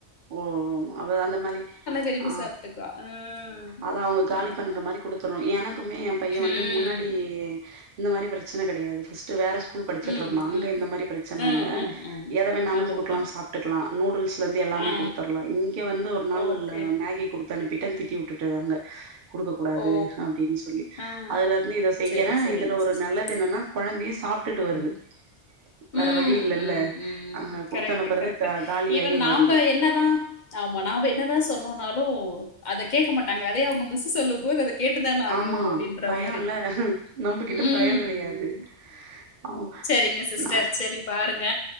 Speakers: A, on the right (about 60°); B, on the left (about 55°).
A: ஓ அவ அந்த மாரி
B: விரும்பி
A: ஆ
B: சாப்ட்டுக்குவா. ம்.
A: அத அவங்க காலி
B: ஆமா.
A: பண்ற மாரி குடுத்துரு எனக் எனக்குமே எ பைய வந்து
B: ம்.
A: முன்னாடி இந்த மாரி பிரச்சன கெடையாது ஃபஸ்ட்டு வேற ஸ்கூல் ஸ்கூல் படிச்சிட்டு
B: ம்,
A: இருந்தா அங்க
B: ம்.
A: இந்த மாரி பிரச்சன
B: ம்,
A: இல்ல
B: ம், ம்.
A: எத வேணாலு
B: அதான்,
A: குடுக்கலா
B: அதான்.
A: சாப்ட்டுக்கலா நூடுல்ஸ்ல இருந்து எல்லாமே
B: ஆ, ஆ.
A: குடுத்துர்லா இங்க வந்து ஒரு நாள்
B: ஓகே.
A: மகி குடுத்து அனுப்பிட்ட திட்டி உட்டுட்டாங்க குடுக்க கூடாது
B: ஓ!
A: அப்டின் சொல்லி
B: ஆ.
A: அதுல இருந்து இத செய்யறே
B: சரி, சரிங்க
A: இதுல ஒரு
B: சிஸ்டர்.
A: நல்லது என்னனா கொழந்தையு சாப்ட்டுட்டு வருது
B: ம். ம்,
A: வேற வழி இல்லல்ல
B: ம், ம்.
A: அங்க குடுத்தனுப்புறது
B: கரெக்ட்டு, கரெக்ட்டு.
A: கா காலியாயு
B: ஈவன் நாம்ப
A: வருது
B: என்னதான் ஆமா நாம்ப என்னதா சொன்னோன்னாலு அத கேக்க மாட்டாங்க அதயே அவுங்க மிஸ் சொல்லும் போது அது கேட்டுதான ஆகனு
A: ஆமா
B: அப்டின்ற
A: பயோல்ல
B: மாரி
A: நம்மகிட்ட
B: ம்
A: பயோ கெடையாது அவ்
B: செரிங்க சிஸ்டர்
A: நா
B: செரி பாருங்க